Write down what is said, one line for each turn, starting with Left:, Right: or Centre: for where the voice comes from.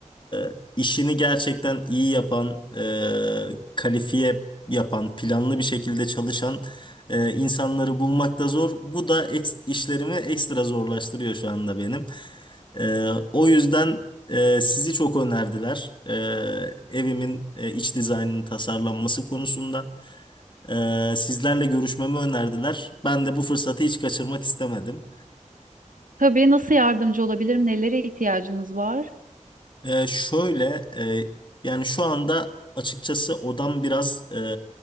Left: e, işini gerçekten iyi yapan, e, kalifiye yapan, planlı bir şekilde çalışan e, insanları bulmak da zor. Bu da eks- işlerimi ekstra zorlaştırıyor şu anda benim. Ee, o yüzden e, sizi çok önerdiler. Ee, evimin e, iç dizaynının tasarlanması konusunda. Ee, sizlerle görüşmemi önerdiler. Ben de bu fırsatı hiç kaçırmak istemedim.
Right: Tabii, nasıl yardımcı olabilirim? Nelere ihtiyacınız var?
Left: Ee, şöyle, e, yani şu anda açıkçası odam biraz e,